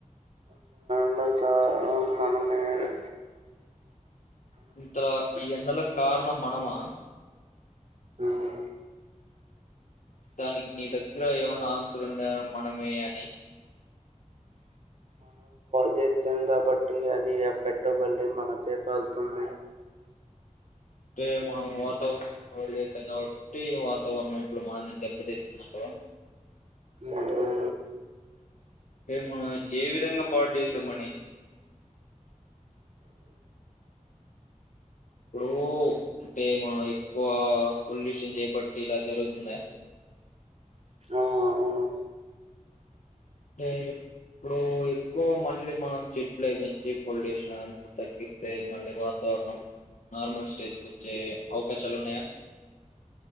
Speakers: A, on the right; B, on the left.
A: దానికి కారణం మనమేలే
B: ఇంతలా ఈ ఎండలకు కారణం మనమా
A: ఉమ్,
B: దానికి నీ దగ్గర ఏమైన్నా ఆన్సర్ ఉందా మనమే అని
A: చెస్తంది కాబట్టి అది ఎఫెక్ట్ బళ్లి మనకే వస్తుంది
B: అంటే మనం వాతావరణాన్ని వదిలేశాం కాబట్టి వాతావరణం ఇప్పుడు మనల్ని దెబ్బ తీస్తుందంటావా
A: మూడు <unintelligible>
B: రే మనమే ఏ విధంగా పాడు చేసామని ఇప్పుడు అంటే మనం ఎక్కువ పొల్యూషన్ చేయబట్టి ఇలా జరుగుతుందా
A: అవును
B: అంటే ఇప్పుడు ఎక్కువ మళ్ళీ మనం చెట్లు పెంచి పొల్యూషన్ అంతా తగ్గిస్తే మళ్ళీ వాతావరణం నార్మల్ స్టేజ్ కు వచ్చే అవకాశాలు ఉన్నాయా